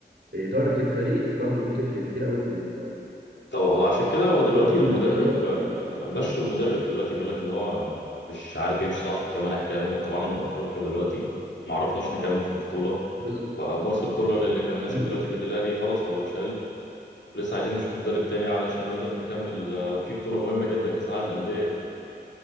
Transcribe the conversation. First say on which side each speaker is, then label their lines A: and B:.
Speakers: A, on the right; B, on the left.
A: اداره الفريق برضو بتفرق كتير قوي في ال-
B: طب هو عشان
A: في ال-
B: كده
A: في
B: هو
A: الموضوع
B: دلوقتي
A: ده في
B: المدرب
A: النتيجه وفي
B: آه،
A: ال...
B: مشوا المدرب دلوقتي بيقول لك ان هو مش عارف يمشي صح طبعا احنا طلعنا من افريقيا دلوقتي ما عرفناش نكمل في البطولة
A: بالظبط
B: فمارسيل كولر اللي كان ماسك
A: مم.
B: دلوقتي النادي الاهلي خلاص هو اتشال لسه عايزين نشوف مدرب تاني علشان نقدر نكمل آه، في بطولة مهمة جدا كأس العالم للأندية دي